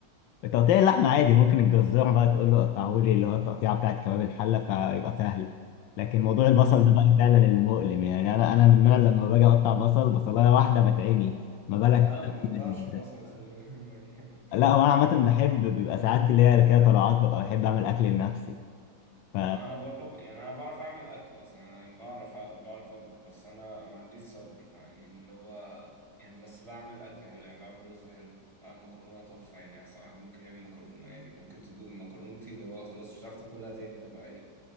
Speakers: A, on the left; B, on the right.
A: تقطيع اللحمه عادي ممكن الجزار بقى تقول له قطعه لي اللي هو التقطيعه بتاعت كباب الحله فيبقى سهل لكن موضوع البصل
B: <laughs> أيوة
A: ده بقى فعلا اللي مؤلم يعني انا انا من النوع لما باجي اقطع بصل بصلايه واحده بتعمي ما بالك
B: لا
A: بقى
B: أنا مبقطعش بصل خلي بالك يعني
A: لا هو انا عامه
B: أنا
A: بحب بيبقى ساعات اللي هي كده طلعات ببقى بحب اعمل اكل لنفسي ف
B: انا برضو ب... يعني انا بعرف اعمل اكل اصلا يعني انا بعرف بعرف اطبخ بس انا ما عنديش صبر فاهمين اللي هو يعني بس بعمل اكل حلو يعني بعمل رز حلو بعمل مكرونه تحفه يعني احسن واحد ممكن يعمل مكرونه يعني ممكن تدوق مكرونتي اللي هو خلاص مش هتعرف تاكلها تاني طبيعيه